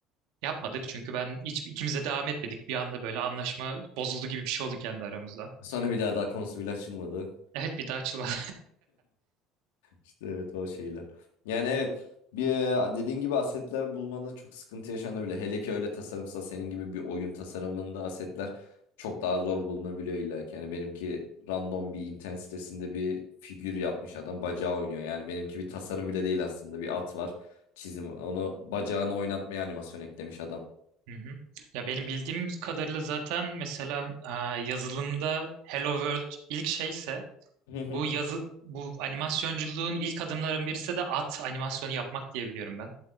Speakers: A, on the right (about 70°); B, on the left (about 75°).
A: yapmadık çünkü ben hiç ikimiz de devam etmedik. Bir anda böyle anlaşma bozuldu gibi bir şey oldu kendi aramızda.
B: Sonra bir daha daha konusu bile açılmadı.
A: Evet bir daha açılmadı.
B: İşte evet o şeyler. Yani evet bir e, dediğin gibi asetler bulmada çok sıkıntı yaşanabilir. Hele ki öyle tasarımsa senin gibi bir oyun tasarımında asetler çok daha zor bulunabiliyor illa ki. Yani benimki random bir internet sitesinde bir figür yapmış adam bacağı oynuyor. Yani benimki bir tasarım bile değil aslında bir at var çizim onu bacağını oynatmaya animasyon eklemiş adam.
A: <laughs> Hı hı. Ya benim bildiğim kadarıyla zaten mesela e, yazılımda Hello World ilk şeyse
B: Hı hı.
A: bu yazı bu animasyonculuğun ilk adımların birisi de at animasyonu yapmak diye biliyorum ben.